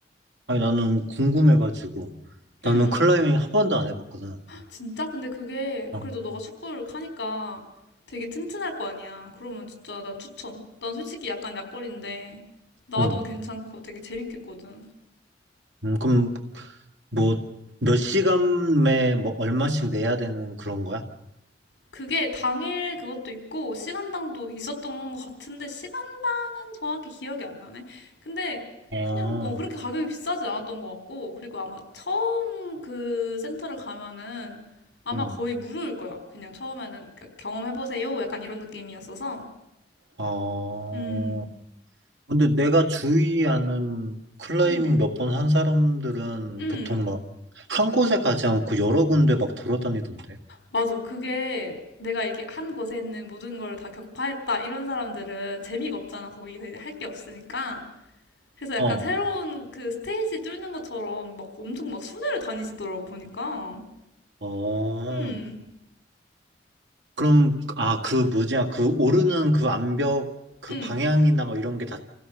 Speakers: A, on the right (about 90°); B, on the left (about 75°).
A: 아니, 나는 궁금해가지고. 나는
B: 응.
A: 클라이밍 한 번도 안 해봤거든.
B: 진짜? 근데 그게
A: 어,
B: 그래도 너가 축구를 하니까 되게 튼튼할 거 아니야. 그러면 진짜 난 추천. 난 솔직히 약간 약골인데 나도
A: 응.
B: 괜찮고 되게 재밌겠거든.
A: 음, 그럼 뭐, 몇 시간에 뭐, 얼마씩 내야 되는 그런 거야?
B: 그게 당일 그것도 있고 시간당도 있었던 것 같은데 시간당은 정확히 기억이 안 나네. 근데
A: 아,
B: 그냥 어, 그렇게 가격이 비싸진 않았던 것 같고 그리고 아마 처음 그 센터를 가면은 아마
A: 응.
B: 거의 무료일 거야. 그냥 처음에는 그러니까 경험해보세요. 약간 이런 느낌이었어서
A: 어,
B: 음,
A: 근데 내가 주위 아는 클라이밍
B: 음,
A: 몇 번 한 사람들은
B: 음.
A: 보통 막, 한 곳에 가지 않고 여러 군데 막 돌아다니던데.
B: 맞아. 그게 내가 이게 한 곳에 있는 모든 걸 다 격파했다 이런 사람들은 재미가 없잖아. 거기서 이제 할 게 없으니까. 그래서 약간
A: 어.
B: 새로운 그 스테이지 뚫는 것처럼 막 엄청 막 순회를 다니시더라고 보니까.
A: 어,
B: 음,
A: 그럼, 아, 그 뭐지야, 그 오르는 그 암벽, 그
B: 음.
A: 방향이나 뭐 이런 게 다